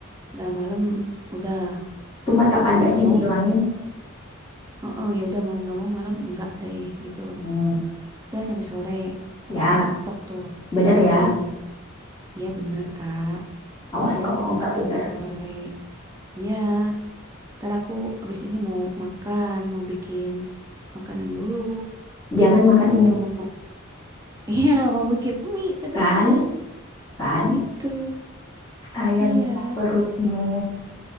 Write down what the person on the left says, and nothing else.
Tuh mata pandanya
dihilangin.
Hmm.
Ya,
benar ya.
Awas
kalau
nggak benar.
Jangan makan
mie,
kan? Kan?
Sayanglah
perutmu.